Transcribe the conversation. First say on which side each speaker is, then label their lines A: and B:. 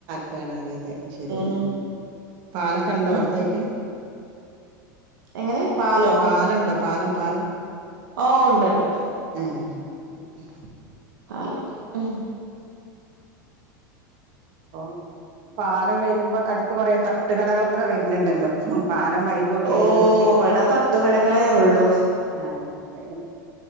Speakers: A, on the right; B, on the right.
A: <unintelligible> അതെ ശരി,
B: ഉം
A: പാലൊക്കെ ഉണ്ടോ
B: ഉം
A: അടുത്തായിട്ട്?
B: എങ്ങനെ പാലോ
A: പാലണ്ടോ പാലം പാലം?
B: ഓ ഉണ്ട്‌ണ്ട്.
A: ഏഹ്. <unintelligible>
B: പാലണ്ട് ആ
A: ഓ, പാലം വരുമ്പോ കൊറേ തട്ടുകടകളൊക്കെ വരുന്നുണ്ടല്ലോ, പാലം <unintelligible>
B: ഓ
A: വരുന്ന വഴിക്ക്,
B: ഇവിടെ തട്ടുകടകളേ ഉള്ളൂ
A: ആ അതെ,